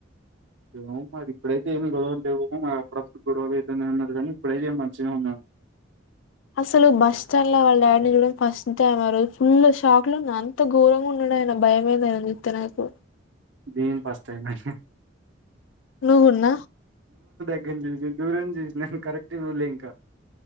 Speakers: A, on the right; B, on the left.
A: ఏమో మరి ఇప్పుడైతే ఏం గొడవల్లెవలేగాని మా అడప్పుడు గొడవలు అయితేనే ఉన్నేటివి గానీ ఇప్పుడైతే మంచినే వున్నాడు
B: అసలు బస్ స్టాండ్ లో వాళ్ళ డాడీని చూడం ఫస్ట్ ఆరోజు ఫుల్ షాక్ లో ఉన్న అంత ఘోరంగా ఉండ భయంమైదీ ఆయని చుతే నాకు
A: నేను ఫస్ట్ టైమ్ ఏ
B: నువ్వు కుడ్న
A: నేన్ దూరం నుంచి చుసిన కరెక్ట్ చూడలే ఇంక